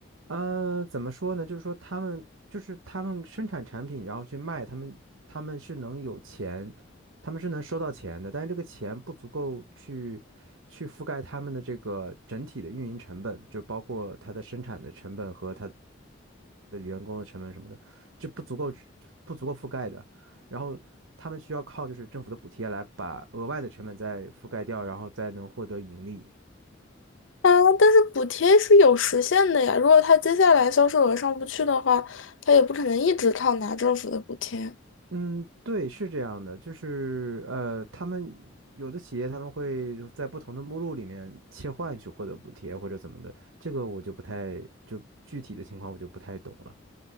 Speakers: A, on the right (about 85°); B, on the left (about 75°).
A: 呃，怎么说呢？就是说他们就是他们生产产品，然后去卖，他们他们是能有钱，他们是能收到钱的，但是这个钱不足够去去覆盖他们的这个整体的运营成本，就包括它的生产的成本和它的员工的成本什么的，这不足够不足够覆盖的。然后他们需要靠就是政府的补贴来把额外的成本再覆盖掉，然后再能获得盈利。
B: 啊，但是补贴是有时限的呀。如果他接下来销售额上不去的话，他也不可能一直靠拿政府的补贴，
A: 嗯，对，是这样的，就是呃，他们有的企业他们会在不同的目录里面切换去获得补贴或者怎么的，这个我就不太，就具体的情况我就不太懂了。